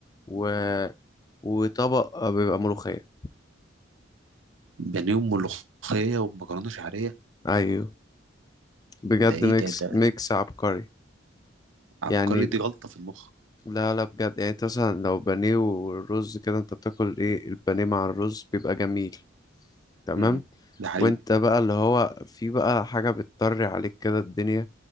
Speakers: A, on the left; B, on the right.
A: و... وطبق بيبقى ملوخيه
B: بانيه وملوخيه ومكرونه شعريه
A: ايوه بجد
B: ده ايه
A: ميكس
B: ده ده
A: ميكس عبقري
B: عبقري
A: يعني
B: دي غلطه في المخ
A: لا لا بجد يعني انت مثلا لو بانيه والرز كده انت بتاكل ايه البانيه مع الرز بيبقى جميل تمام
B: امم ده حقيقي
A: وانت بقى اللي هو في بقى حاجة بتطري عليك كده الدنيا